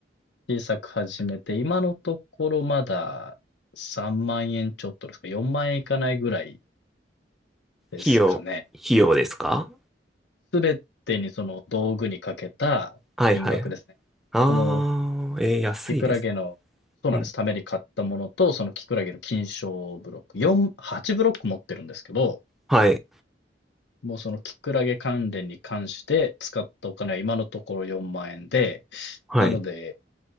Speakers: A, on the left; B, in the centre.
A: 小さく始めて、今のところまだ3万円ちょっとですか、4万円いかないぐらいですかね。
B: 費用、費用ですか
A: すべてにその道具にかけた金額ですね。
B: はいはい。あー、
A: この
B: えー安いです。
A: キクラゲの、そうなんです。
B: うん。
A: ために買ったものと、そのキクラゲの金賞ブロック、4、8ブロック持ってるんですけど、
B: はい。
A: もうそのキクラゲ関連に関して使ったお金は今のところ4万円で、
B: はい。
A: なので、